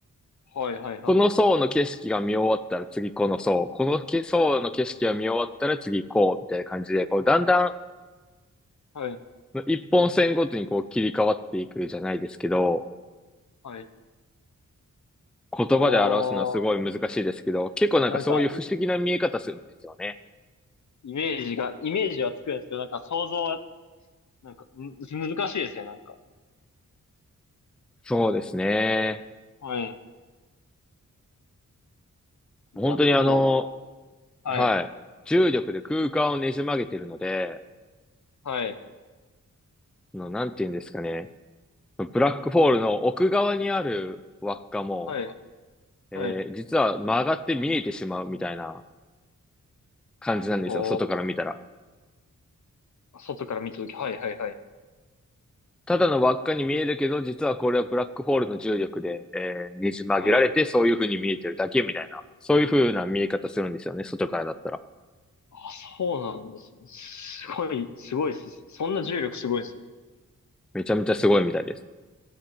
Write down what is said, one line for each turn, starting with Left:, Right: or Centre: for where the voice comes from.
Left: はい。はい。はい。
Centre: この層の景色が見終わったら次この層、このけ層の景色が見終わったら次こう、みたいな感じで、こう、だんだん
Left: はい。
Centre: 一本線ごとにこう切り替わっていくじゃないですけど、
Left: はい
Centre: 言葉で表すのはすごい難しいですけど、
Left: おー。
Centre: 結構なんかそういう不思議な見え方するんですよね。
Left: なんか、イメージが、イメージはつくんですけど、なんか想像なんか、ん、難しいですね、なんか。
Centre: そうですね。
Left: はい。
Centre: 本当にあの、
Left: ブラックホールか。はい。
Centre: はい。重力で空間をねじ曲げてるので、
Left: はい。
Centre: あの、なんて言うんですかね。ブラックホールの奥側にある輪っかも、
Left: はい。
Centre: えー実は曲がって見えてしまうみたいな
Left: はい。
Centre: 感じなんですよ。
Left: ほ
Centre: 外から見たら。
Left: う外から見たとき、はい、はい、はい。
Centre: ただの輪っかに見えるけど、実はこれはブラックホールの重力で、えーねじ曲げられて、
Left: はい。
Centre: そういう風に見えてるだけみたいな。そういう風な見え方するんですよね。外からだったら。
Left: あ、そうなんですね。すごい、すごいっす。そんな重力すごいですね。
Centre: めちゃめちゃすごいみたいです。